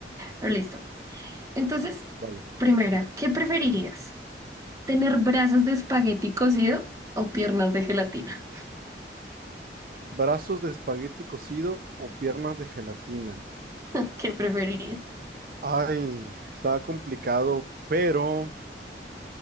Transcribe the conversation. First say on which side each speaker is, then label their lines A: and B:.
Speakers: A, on the right; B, on the right.
A: Pero listo. Entonces,
B: Vale.
A: primera, ¿qué preferirías? ¿Tener brazos de espagueti cocido o piernas de gelatina?
B: ¿Brazos de espagueti cocido o piernas de gelatina?
A: <laughs> ¿Qué preferirías?
B: Ay, está complicado, pero